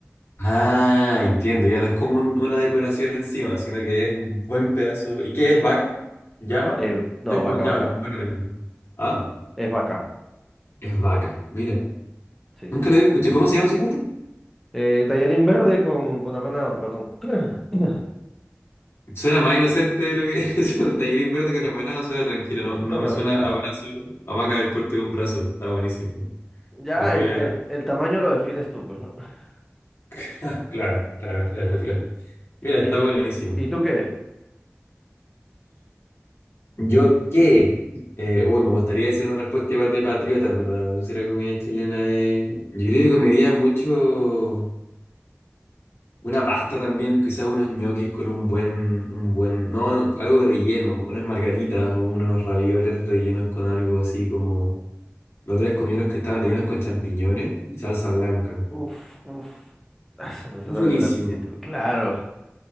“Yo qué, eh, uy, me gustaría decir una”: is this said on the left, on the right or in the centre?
Left